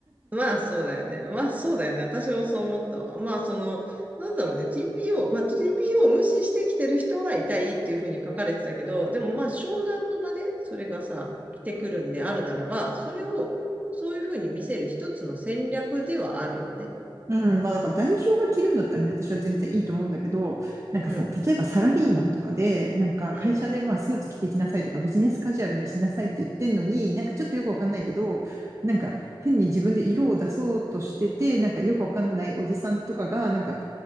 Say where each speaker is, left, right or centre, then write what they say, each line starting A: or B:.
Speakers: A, on the right; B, on the right.
A: まあそうだよね。まあそうだよね。私もそう思ったわ。まあその、なんだろうね。TPO、まあ TPO を無視してきてる人はいたいっていうふうに書かれてたけど、でもまあ商談の場でそれがさ、来てくるんであるならば、それをそういうふうに見せる一つの戦略ではあるよね。
B: うん、まあだから代表が着るんだったらね、私は全然いいと思うんだけど、なんかさ、
A: うん、
B: 例えばサラリーマンとかで、なんか会社でまあスーツ着てきなさいとかビジネスカジュアルにしなさいって言ってんのに、
A: うん、
B: なんかちょっとよくわかんないけど、
A: うん。
B: なんか変に自分で色を出そうとしてて、なんかよくわかんないおじさんとかが、なんか